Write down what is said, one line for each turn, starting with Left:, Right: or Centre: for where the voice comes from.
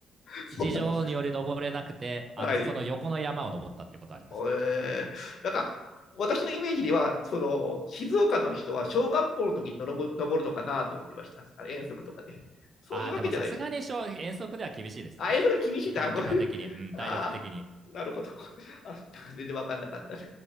Left: そうなんですか。
Right: 事情により登れなくて、あのその横の山を登ったっていうことはあります。
Left: はい。えー、なんか、私のイメージでは、その、静岡の人は小学校の時に登る登るのかなと思ってました。あの遠足とかで。そういうわけじゃないですね。
Right: ああ、でもさすがに遠足では厳しいですね。
Left: あ、遠足厳しいな。
Right: 環境的に、
Left: あこれ
Right: うん、体力的に。
Left: あー、なるほど。あ、なんか全然わかんなかったね。